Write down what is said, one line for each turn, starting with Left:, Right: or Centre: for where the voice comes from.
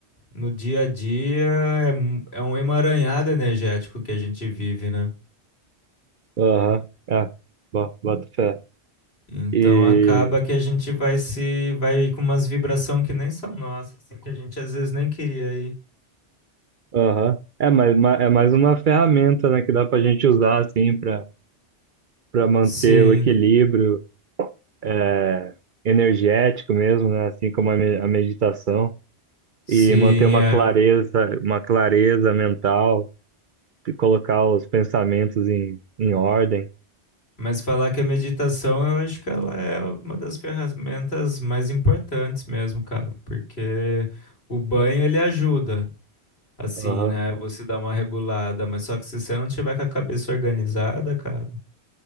Left: no dia a dia é, mu- é um emaranhado energético que a gente vive, né?
Right: Aham. É, bo- bota fé.
Left: Então
Right: E.
Left: acaba que a gente vai se, vai com umas vibração que nem são nossas, assim, que a gente às vezes nem queria ir.
Right: Aham. É, mas ma- é mais uma ferramenta, né, que dá pra gente usar, assim, pra, pra manter
Left: Sim,
Right: o equilíbrio é, energético mesmo, né? Assim como a, me- a meditação.
Left: sim,
Right: E manter uma
Left: é.
Right: clareza, uma clareza mental. que colocar os pensamentos em, em ordem.
Left: Mas falar que a meditação, eu acho que ela é uma das ferramentas mais importantes mesmo, cara, porque o banho ele ajuda, assim,
Right: Aham.
Left: né? Você dá uma regulada, mas só que se você não tiver com a cabeça organizada, cara,